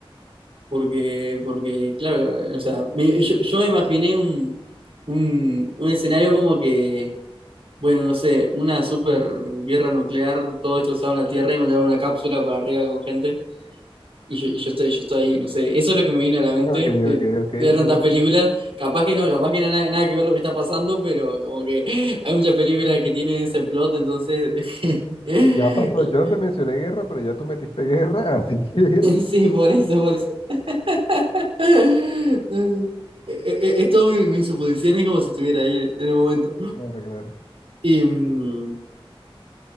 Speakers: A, on the right; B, on the left.
A: Porque, porque, claro, o sea, me- yo, yo me imaginé un, un, un escenario como que, bueno, no sé, una super guerra nuclear, todo destrozado en la Tierra y mandar una cápsula para arriba con gente. Y yo, y yo estoy, yo estoy ahí, no sé, eso es lo que me vino a la mente
B: Ok,
A: de,
B: ok, ok.
A: de ver tantas
B: y vos-
A: películas. Capaz que no, capaz que no, nada, nada que ver lo que está pasando, pero como que <laughs> hay muchas películas que tienen ese plot, entonces. <laughs>
B: pues Ya pasó, yo no te mencioné guerra, pero ya tú metiste guerra, así que...
A: Sí, por eso, por eso. <laughs> Eh, eh, Es todo mi, mis suposiciones como si estuviera ahí en, en el momento.
B: <laughs> Claro, claro.
A: Y, mm,